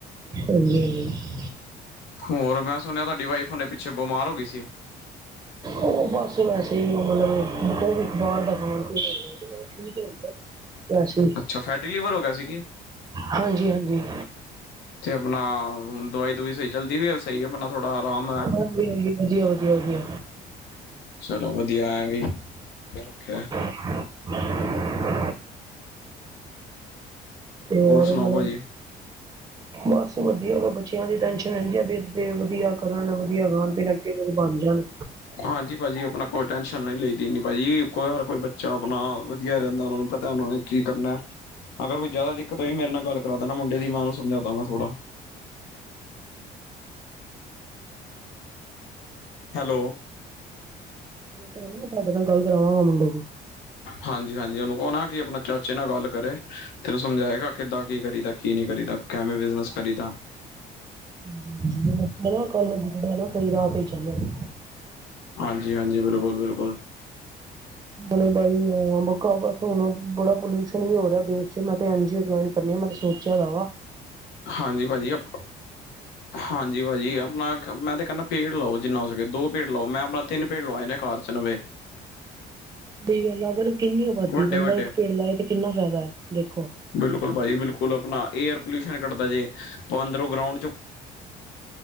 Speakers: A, on the right; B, on the left.
A: ਹਾਂਜੀ, ਹਾਂਜੀ।
B: ਹੋਰ ਮੈਂ ਸੁਣਿਆਂ ਤੁਹਾਡੀ ਵਾਈਫ ਹੁਣੇ ਪਿੱਛੇ ਬਿਮਾਰ ਹੋ ਗਈਂ ਸੀਂ।
A: ਉਹ ਬਸ ਵੈਸੇ ਹੀ। ਉਹ ਮੱਤਲਬ ਉਹ ਵੀ ਬਾਹਰ ਦਾ ਖਾਣ ਪੀਣ। ਠੀਕ ਹੈਂ ਓਦਾਂ ਵੈਸੇ।
B: ਅੱਛਾ ਫੈਂਟੀ ਲਿਵਰ ਹੋ ਗਿਆਂ ਸੀ ਕਿ।
A: ਹਾਂਜੀ, ਹਾਂਜੀ।
B: ਤੇ ਆਪਣਾਂ। ਹੁਣ ਦਵਾਈ ਦਵੁਈ ਸਹੀ ਚੱਲਦੀ ਵੈਸੇ। ਸਹੀ ਆਪਣਾ ਥੋੜਾਂ ਅਰਾਮ ਹੈਂ।
A: ਹਾਂਜੀ ਹਾਂਜੀ ਵਧੀਆ ਵਧੀਆ ਵਧੀਆ
B: ਚਲੋਂ ਵਧੀਆਂ ਐਂ ਵੀ। ਰੱਖਿਆਂ ਹੋਇਆਂ।
A: <inaudible> ਤੇ ਹੋਰ
B: ਸੁਣਾਓ
A: ਮੱਤਲਬ।
B: ਭਾਜੀ
A: ਬਸ ਵਧੀਆਂ ਵਾ ਬੱਚਿਆਂ ਦੀ ਟੈਂਸ਼ਨ ਰਹਿੰਦੀ ਆ। ਵੀ ਇਹ ਵਧੀਆਂ ਕਰਨ ਵਧੀਆਂ ਖਾਣ। ਤੇ ਕੂੱਝ ਬਣ ਜਾਂਣ।
B: ਹਾਂਜੀ ਭਾਜ਼ੀ ਆਪਣਾਂ ਕੋਈ ਟੈਨਸ਼ਨ ਨਹੀਂ ਲਈ ਦੀ ਏਨੀ ਭਾਜ਼ੀ ਕੋਈ। ਹਰ ਕੋਈ ਬੱਚਾ ਆਪਣਾਂ ਵਧੀਆਂ ਰਹਿੰਦਾਂ ਉਹਨਾਂ ਨੂੰ ਪਤਾਂ ਉਹਨਾਂ ਨੇਂ। ਕੀ ਕਰਨਾਂ ਅਗਰ ਕੋਈ ਜ਼ਿਆਦਾ ਦਿੱਕਤ ਹੋਈ। ਮੇਰੇ ਨਾਲ਼ ਗੱਲ਼ ਕਰਾਂ ਦੇਣਾਂ ਮੁੰਡੇ ਦੀ ਮੈਂ ਉਹਨੂੰ ਸਮਝਾਦਾ ਗਾ ਥੋੜਾਂ। ਹੈਲੋ।
A: ਕੱਲ੍ਹ ਮੈਂ ਤੁਹਾਡੇ ਨਾਲ਼ ਗੱਲ਼ ਕਰਾਵਾਂਗਾ ਮੁੰਡੇ ਦੀ।
B: ਹਾਂਜੀ ਹਾਂਜੀ ਉਹਨੂੰ ਕਹੋ ਨਾਂ ਕਿ ਆਪਣਾਂ ਚਾਚੇ ਨਾਲ਼ ਗੱਲ਼ ਕਰੇ। ਤੇ ਇਹਨੂੰ ਸਮਝਾਏਗਾ ਕਿੱਦਾਂ ਕੀ ਕਰੀਦਾ। ਕੀ ਨੀਂ ਕਰੀ ਦਾ। ਕੈਵੇਂ ਬਿਜ਼ਨਸ ਕਰੀਂ ਦਾ।
A: <inaudible>
B: ਹਾਂਜੀ, ਹਾਂਜੀ। ਬਿਲਕੁੱਲ, ਬਿਲਕੁੱਲ।
A: ਹੁਣੇ ਬਾਈ ਔਖਾਂ ਬਸ ਹੁਣ ਬੜਾਂ ਪੋਲਿਊਸ਼ਨ ਵੀ ਹੋ ਰਿਹਾਂ ਦੇਸ਼ ਚ ਮੈਂ ਤੇ ਐਨਜੀਓ ਚਲਾਉਣੀ। ਕਰਨੇਂ ਮੈਂ ਤੇ ਸੋਚਿਆਂ‌ ਹੈਗਾ ਵਾ਼
B: ਹਾਂਜੀ ਭਾਜ਼ੀ ਅਪ। ਹਾਂਜੀ ਭਾਜੀ ਆਪਣਾਂ ਮੈਂ ਤੇ ਕਹਿਣਾ ਪੇੜ ਲਾਓ ਜਿੰਨਾਂ ਹੋ ਸਕੇ ਦੋ ਪੇੜ ਲਾਓ। ਮੈਂ ਆਪਣਾਂ ਤਿੰਨ ਪੇੜ ਲਵਾਏ ਨੇਂ ਘਰ ਚ ਨਵੇਂ।
A: ਤੇ ਅਗਰ ਕਿੰਨੀਂ ਅਬਾਦੀ
B: ਵੱਡੇ
A: ਬੰਦਾਂ
B: ਵੱਡੇ
A: ਇੱਕ ਪੇੜ ਲਾਏ ਤੇ ਕਿੰਨਾਂ ਫ਼ਾਇਦਾ ਹੈਂ। ਦੇਖੋਂ।
B: ਬਿਲਕੁੱਲ ਭਾਜ਼ੀ ਬਿਲਕੁੱਲ ਆਪਣਾਂ ਏਅਰ ਪੋਲਿਊਸ਼ਨ ਘੱਟਦਾ ਜੇ ਉਹ ਅੰਦਰੋਂ ਗਰਾਉਂਡ ਚ